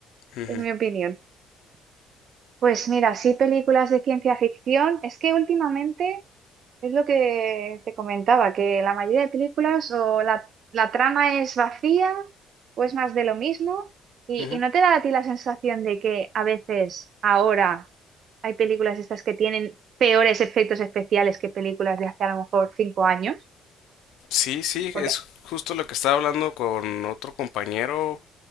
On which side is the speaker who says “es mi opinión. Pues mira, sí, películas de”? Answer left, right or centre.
Right